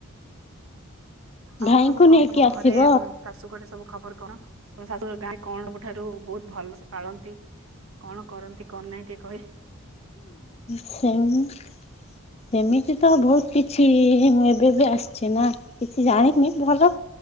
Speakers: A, on the left; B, on the right.
A: ଭାଇଙ୍କୁ
B: ଆଉ ସବୁ କଣ
A: ନେଇକି
B: ତମ
A: ଆସିବ।
B: ଘରେ ଉଁ ଶାଶୁ ଘରେ ସବୁ ଖବର କଣ? ତମ ଶାଶୁ ଘର ଗାଁ ରେ କଣ ସବୁଠାରୁ ବହୁତ ଭଲସେ ପାଳନ୍ତି? କଣ କରନ୍ତି କଣ ନାଇଁ ଟିକେ କହିବେ?
A: ସେମ ସେମିତି ତ ବହୁତ କିଛି ମୁଁ ଏବେ ବି ଆସିଛି ନା। କିଛି ଜାଣିନି ଭଲ